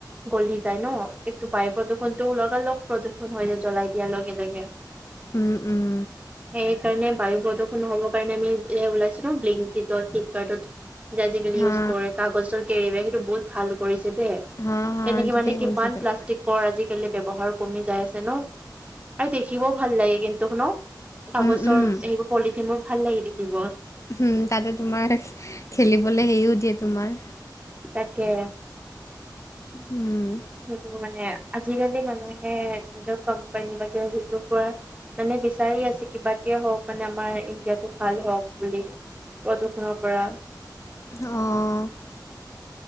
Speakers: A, on the right; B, on the left.
A: গলি যায় ন, কিন্তু বায়ু প্ৰদূৰণতটো লগা লগ প্ৰদূষণ হৈ যায় জ্বলাই দিয়াৰ লগে লগে।
B: উম উম।
A: সেই সেইকাৰনে বায়ু প্ৰদূৰষণ নহব কাৰণে আমি এ ওলাইছে ন বিলিংকিডত, ফ্লিপকাৰ্টত যে আজিকালি
B: হা,
A: ইউজ কৰে কাগজৰ কেৰিবেগ সেইটো বহুত ভাল কৰিছে দে।
B: হা, হা,
A: তেনেকে
B: ঠিকেই
A: মানে কিমান
B: কৰিছে তই।
A: প্লাষ্টি কৰ আজিকালি ব্যৱহাৰ কমি যাই আছে ন আৰু দেখিবও ভাল লাগে কিন্ত ন কাগজৰ
B: উম, উম,
A: সেইবোৰ পলিথিন বোৰ ভাল লাগে দেখিব।
B: উম তাতে তোমাৰ খেলিবলৈ হেৰিও দিয়ে তোমাৰ
A: তাকে।
B: উম।
A: সেইটো মানে আজিকালি মানুহে নিজৰ কোম্পানী বা সেইটো কোৱা মানে বিচাৰি আছে কিবা কে হওক মানে আমাৰ ইণ্ডিয়াটো ভাল হওক বুলি পদূষুণৰ পৰা।
B: অহ।